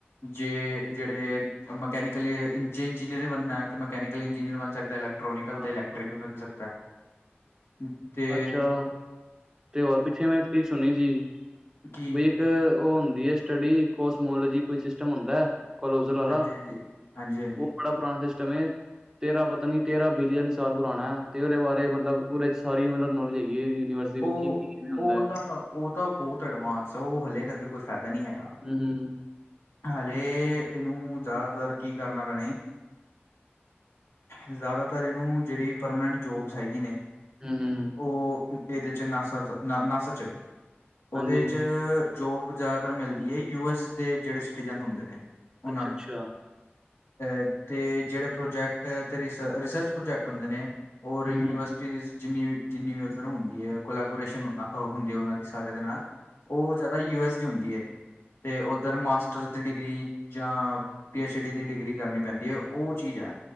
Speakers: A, on the left (about 80°); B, on the right (about 15°).
A: ਜੇ ਜਿਹੜੇ ਮਕੈਨੀਕਲ ਇੰ ਇੰਜੀਨੀਅਰ ਬਣਨਾ ਹੈ ਤਾਂ ਮਕੈਨੀਕਲ ਇੰਜੀਨੀਅਰ ਬਣ ਸਕਦਾ ਅਲੱਗ ਟੈਕਟ੍ਰੋਨੀਕਲ
B: ਅੱਛਾ
A: ਅਤੇ
B: ਅੱਛਾ
A: ਇਲੈਕਟ੍ਰੀਕਲ
B: ਹਮ ਹਮ
A: ਬਣ ਸਕਦਾ ਹੈ ਅਤੇ
B: ਅੱਛਾ ਤੇ ਹੋਰ ਪਿੱਛੇ ਮੈਂ ਇੱਕ ਚੀਜ਼ ਸੁਣੀ ਸੀ,
A: ਕੀ
B: ਬਈ ਇੱਕ ਇੱਕ ਉਹ ਹੁੰਦੀ ਹੈ ਸਟੱਡੀ ਕੋਸਮੋਲੋਜੀ ਕੋਈ ਸਿਸਟਮ ਹੁੰਦਾ। ਕੋਲੋਜਲ ਵਾਲਾ,
A: ਹਾਂਜੀ ਹਾਂਜੀ ਹਾਂਜੀ ਹਾਂਜੀ
B: ਉਹ ਬੜਾ ਪੁਰਾਣਾ ਸਿਸਟਮ ਏ ਤੇਰਾ ਪਤਾ ਨੀ ਤੇਰਾਂ ਬਿਲੀਅਨ ਸਾਲ ਪੁਰਾਣਾ ਹੈ ਤੇ ਉਹਦੇ ਬਾਰੇ ਮਤਲਬ ਉਹਦੇ ਸਾਰੀ ਮਤਲਬ ਨੌਲੇਜ ਹੈਗੀ ਏ, ਯੂਨੀਵਰਸ ਦੀ ਵੀ
A: ਉਹ,
B: ਕੀ ਕੀ ਕਿਵੇਂ ਹੁੰਦਾ
A: ਉਹ
B: ਹੈ
A: ਤਾਂ, ਉਹ ਤਾਂ ਬਹੁਤ ਐਡਵਾਂਸ ਆ ਉਹ ਹਲੇੇ ਕਰਕੇ ਕੋਈ ਫਾਇਦਾ ਨਹੀਂ ਹੈਗਾ।
B: ਹੂੰ, ਹੂੰ
A: ਹਾਲੇ ਇਹਨੂੰ ਜ਼ਿਆਦਾਤਰ ਕੀ ਕਰਨਾ ਪੈਣਾ ਜੀ ਜ਼ਿਆਦਾਤਰ ਇਹਨੂੰ ਜਿਹੜੀ ਪਰਮਾਨੈਂਟ ਜੋਬਸ ਹੈਗੀ ਨੇ
B: ਹਮ ਹਮ
A: ਉਹ ਇਹਦੇ 'ਚ ਨ ਨਸਚ ਉਹਦੇ
B: ਹਾਂਜੀ
A: 'ਚ ਜੋਬ ਜ਼ਿਆਦਾਤਰ ਮਿਲਦੀ ਹੈ ਯੂ ਐੱਸ ਦੇ ਜਿਹੜੇ ਸਿਟੀਜ਼ਨ ਹੁੰਦੇ ਨੇ ਉਹਨਾਂ
B: ਅੱਛਾ
A: ਨੂੰ
B: ਅੱਛਾ
A: ਅਤੇ ਜੇਹੜੇ ਪ੍ਰਾੋਜੈਕਟ, ਤੇ ਰਿਸਰਚ ਪ੍ਰਾਜੈਕਟ ਹੁੰਦੇ ਨੇ। ਹੋਰ
B: ਹੂੰ
A: ਯੂਨੀਵਰਸਿਟੀਜ਼
B: ਹੂੰ
A: ਜਿੰਨੀ ਵੀ, ਜਿਨੀ ਵੀ ਉੱਧਰ ਹੁੰਦੀ ਹੈ, ਕੋਲਬੋਰੇਸ਼ਨ ਹੁੰ ਹੁੰਦੀ ਐ ਉਹਨਾਂ ਦੀ ਸਾਰਿਆਂ ਦੇ ਨਾਲ ਉਹ ਜਾਦਾ ਯੂ ਐਸ ਦੀ ਹੁੰਦੀ ਹੈ, ਤੇ ਉਧਰ ਮਾਸਟਰ ਦੀ ਡਿਗਰੀ, ਜਾਂ ਪੀ ਐਚ ਡੀ ਦੀ ਡਿਗਰੀ ਕਰਨੀ ਪੈਂਦੀ ਹੈ ਉਹ ਚੀਜ਼ ਹੈ